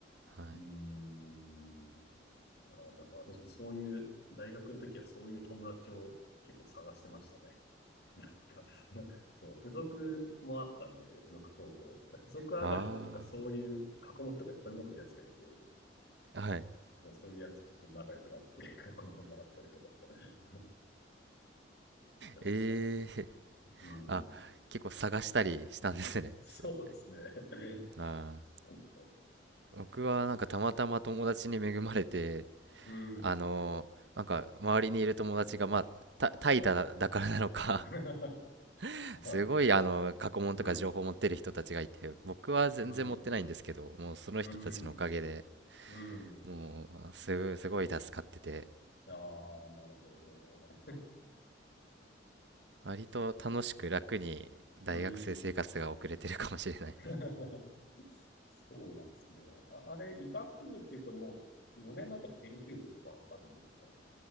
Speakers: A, on the right; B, on the left.
A: はい
B: うーん。ああ、だから私もそういう、大学の時はそういう友達を結構探してましたね。か、<laughs> そう、付属もあったんで、付属高校。だ付属上がりだとなんかそういう過去問とかいっぱい持ってるやつがいて、
A: ああーはい
B: そそういうやつとちょっと仲良くなって <laughs> 過去問もらったりとか <laughs> やってましたね。
A: ええー、
B: うん。
A: あ結構探したりしたんですね。
B: そうですね。
A: そう
B: <laughs>
A: あ
B: そうそ
A: あ僕はなんかたまたま友達に恵まれて
B: う。うん。
A: あのーなんか周りにいる友達がまあタ怠イだ、だからなのか
B: <laughs>
A: <laughs>
B: まあ、
A: すごいあの過去問とか情報持ってる人たちがいて僕は全然持ってないんですけどもうその人たちのおかげで。
B: うん、うん、うん、うん。
A: もうすごいすごい助かってて
B: ああ、なるほどね。
A: 割と楽しく楽に大学生生活が送れてるかもしれないです
B: <laughs> うん。<laughs> そうなんですね。あ、あれ、医学部っていうともう4年だったら研究室とかあるんですか